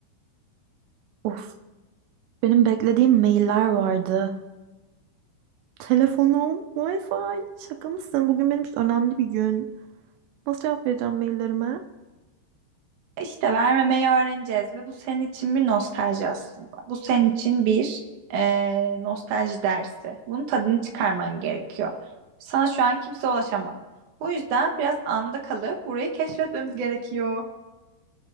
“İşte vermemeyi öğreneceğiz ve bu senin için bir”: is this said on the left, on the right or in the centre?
Right